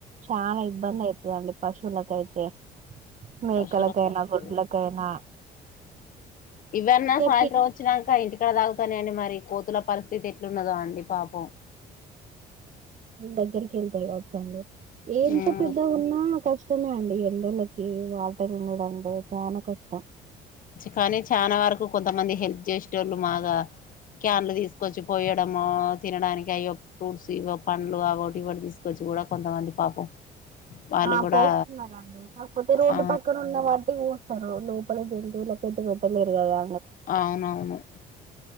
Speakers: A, on the right; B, on the left.
A: చాలా ఇబ్బంది అవుతుందిండి పశులగాయితే మేకలకైనా
B: పశువులకు మస్తు
A: గుొడ్లకైనా
B: ఇవ్వరన్నా సాయంత్రం
A: తిండి
B: వచ్చినాంక ఇంటికి ఇక్కడ తాగుతాడి మరి కోతుల పరిస్థితి ఎట్లున్నదో అండి పాపం
A: దగ్గర కెల్తెకదా అర్థమయె ఎంత
B: ఉమ్
A: పెద్దగున్నా కష్టం ష్టమే అండి ఇళ్ళల్లోకి వాటర్ ఉండడం అబ్బొ చానా కష్టం
B: కానీ చానా వరకు కొంతమంది హెల్ప్ చేసేటోళ్ళు మాగా క్యాన్లు తీసుకొచ్చి పోయడము తినడానికి అయ్యో ఫ్రూట్స్ ఇ పండ్లు అవొటి ఇవొటి తీసుకొచ్చి కూడా కొంతమంది పాపం వాళ్ళు
A: ఆ
B: కూడా
A: పోస్తున్నారండి కాకపోతే రోడ్డు
B: ఆ
A: పక్కన ఉన్న వాటికి పోస్తారు లె <unintelligible> పెటలేరుగదా
B: అవునవును